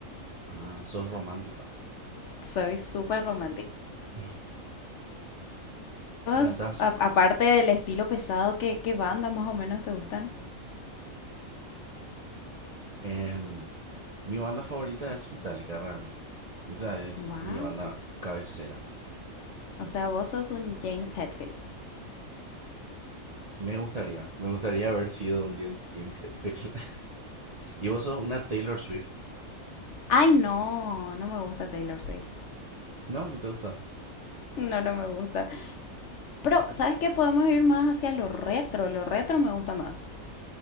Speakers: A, on the right (about 45°); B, on the left (about 65°).
A: Ah, sos romántica.
B: Soy súper romántica.
A: <laughs> Si
B: ¿Vos,
A: cantás.
B: a- aparte del estilo pesado, ¿qué, qué bandas más o menos te gustan?
A: Em, mi banda favorita es Metallica, realmente. O sea, es
B: Wow.
A: mi banda cabecera.
B: O sea, vos sos un James Hetfield.
A: Me gustaría, me gustaría haber sido un James James Hetfield. ¿Y vos sos una Taylor Swift?
B: Ay, no, no me gusta Taylor Swift.
A: No, no te gusta.
B: No, no me gusta. Pero, ¿sabes qué? Podemos ir más hacia lo retro. Lo retro me gusta más.